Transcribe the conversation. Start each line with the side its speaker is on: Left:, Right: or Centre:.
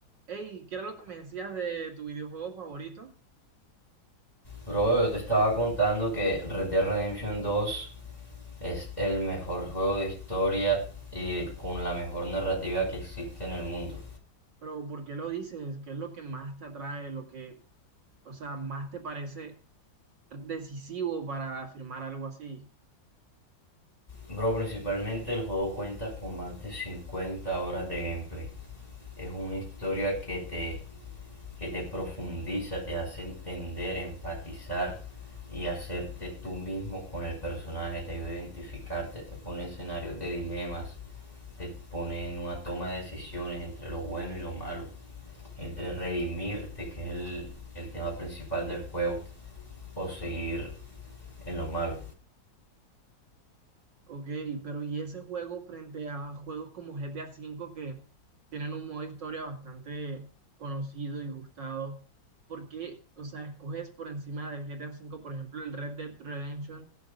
Right: Hey, ¿qué era lo que me decías de tu videojuego favorito?
Left: Bro, yo te estaba contando que Red Dead Redemption 2 es el mejor juego de historia y con la mejor narrativa que existe en el mundo.
Right: Pero ¿por qué lo dices? ¿Qué es lo que más te atrae? Lo que, o sea, más te parece decisivo para afirmar algo así.
Left: Bro, principalmente el juego cuenta con más de 50 horas de gameplay. Es una historia que te que te profundiza, te hace entender, empatizar y hacerte tú mismo con el personaje, te ayuda a identificarte, te pone escenarios de dilemas, te pone en una toma de decisiones entre lo bueno y lo malo, entre redimirte, que es el, el tema principal del juego, o seguir en lo malo.
Right: Ok, pero ¿y ese juego frente a juegos como GTA V que tienen un modo historia bastante conocido y gustado? ¿Por qué, o sea, escoges por encima del GTA V, por ejemplo, el Red Dead Redemption?